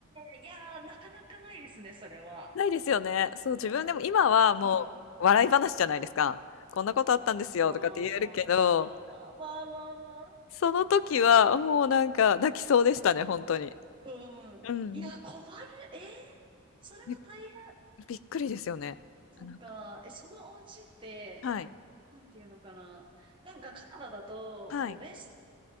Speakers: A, on the right; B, on the left.
A: え、いやー、なかなかないですね、それは。
B: ないですよね。そう、自分でも今はもう笑い話じゃないですか。
A: うん。
B: こんなことあったんですよとかって言えるけど、
A: まあまあ、まあまあまあまあ。
B: その時は、もうなんか泣きそうでしたね、本当に。
A: うん。
B: うん
A: いや、困る。えー、それは大変。
B: びびっくりですよね。
A: そっか。
B: なんか
A: え、そのお家って、
B: はい。
A: なんていうのかな。なんかカナダだと、
B: はい。
A: こう、ベース